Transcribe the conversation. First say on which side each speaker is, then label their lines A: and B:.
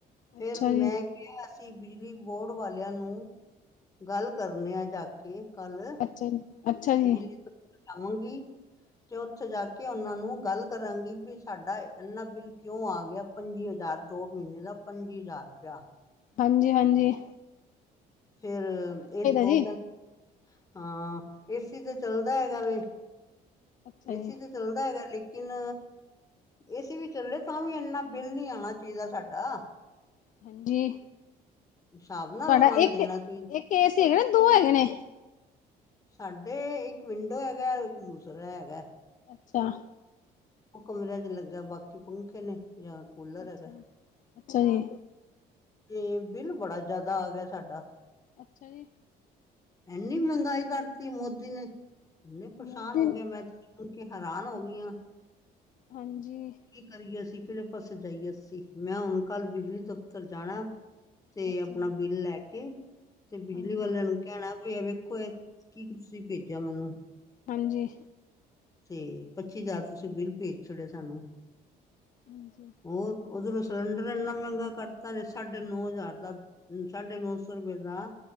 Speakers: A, on the left (about 20°); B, on the left (about 50°).
A: ਫੇਰ
B: ਅੱਛਾ
A: ਮੈਂ
B: ਜੀ
A: ਕ ਅਸੀਂ ਬਿਜਲੀ ਬੋਰਡ ਵਾਲਿਆਂ ਨੂੰ ਗੱਲ ਕਰਨੇ ਆ ਜਾ ਕੇ। ਕੱਲ
B: ਅੱਛਾ ਜੀ ਅੱਛਾ ਜੀ
A: ਬਿਜਲੀ ਦਫਤਰ ਜਾਵਾਂਗੀ। ਤੇ ਉੱਥੇ ਜਾ ਕੇ ਉਹਨਾਂ ਨੂੰ ਗੱਲ ਕਰਾਂਗੀ, ਵੀ ਸਾਡਾ ਇਨਾ ਬਿੱਲ ਕਿਉਂ ਆ ਗਿਆ? ਪੰਜੀ ਹਜ਼ਾਰ ਦੋ ਮਹੀਨੇ ਦਾ ਪੰਜੀ ਹਜ਼ਾਰ ਰੁਪਇਆ।
B: ਹਾਂਜੀ-ਹਾਂਜੀ।
A: ਫੇਰ ਇਹ ਉਹ
B: ਜੀ
A: ਕਹਿ ਹਾਂ, ਏਸੀ ਤੇ ਚੱਲਦਾ ਹੈਗਾ ਵੇ
B: ਅੱਛਾ ਜੀ
A: ਏਸੀ ਤੇ ਚੱਲਦਾ ਹੈਗਾ ਲੇਕਿਨ ਏਸੀ ਵੀ ਚੱਲੇ ਤਾਂ ਵੀ ਇੰਨਾ ਬਿੱਲ ਨੀ ਆਉਣਾ ਚੀਹਿਦਾ ਸਾਡਾ।
B: ਹਾਂਜੀ।
A: ਹਿਸਾਬ ਨੂੰ ਨਾਲ
B: ਤੁਹਾਡਾ
A: ਉਹਨਾਂ
B: ਇੱਕ-ਇੱਕ
A: ਦੇਣਾ ਚਾਹੀਦਾ
B: ਏ ਸੀ ਹੈਗੇ ਨਾ ਦੋ ਹੈਗੇ ਨੇ?
A: ਸਾਡੇ ਇੱਕ ਵਿੰਡੋ ਹੈਗਾ ਇੱਕ ਦੂਸਰਾ ਹੈਗਾ।
B: ਅੱਛਾ।
A: ਉਹ ਕਮਰਿਆਂ ਚ ਲੱਗਿਆ ਬਾਕੀ ਪੰਖੇ ਨੇ ਜਾਂ ਕੂਲਰ
B: ਅੱਛਾ
A: ਹੈਗਾ
B: ਜ- ਅੱਛਾ ਜੀ।
A: ਤੇ ਬਿੱਲ ਬੜਾ ਜਿਆਦਾ ਆ ਗਿਆ ਸਾਡਾ।
B: ਅੱਛਾ ਜੀ।
A: ਇੰਨੀ ਮਹਿੰਗਾਈ ਕਰਤੀ ਮੋਦੀ ਨੇ, ਇੰਨੇ ਪਰੇਸ਼ਾਨ
B: ਮੋਦੀ
A: ਹੋ ਗਿਆ ਮੈਂ ਸੁਣ ਕੇ ਹੈਰਾਨ ਹੋ ਗਿਆਂ।
B: ਹਾਂਜੀ।
A: ਕੀ ਕਰੀਏ ਅਸੀ ਕਿਹੜੇ ਪਾਸੇ ਜਾਈਏ ਅਸੀ ਮੈਂ ਹੁਣ ਕੱਲ ਬਿਜਲੀ ਦਫ਼ਤਰ ਜਾਣਾ। ਤੇ
B: ਅੱਛਾ
A: ਆਪਣਾ
B: ਜੀ
A: ਬਿੱਲ ਲੈ ਕੇ ਤੇ ਬਿਜਲੀ
B: ਹਾਂਜੀ
A: ਵਾਲਿਆਂ ਨੂੰ ਕਹਿਣਾ ਭਈ ਵੇਖੋ ਇਹ ਕੀ ਤੁਸੀਂ ਭੇਜਿਆ ਮੈਨੂੰ?
B: ਹਾਂਜੀ।
A: ਤੇ, ਪੱਚੀ ਹਜ਼ਾਰ ਤੁਸੀਂ ਬਿੱਲ ਭੇਜ ਛੜਿਆ ਸਾਨੂੰ।
B: ਹਾਂਜੀ।
A: ਹੋਰ ਉਧਰੋਂ ਸਿਲੰਡਰ ਇੰਨਾ ਮਹਿੰਗਾ ਕਰਤਾ ਨੇ ਸਾਢੇ ਨੌ ਹਜ਼ਾਰ ਦਾ। ਸਾਢੇ ਨੌ ਸੌ ਰੁਪਏ ਦਾ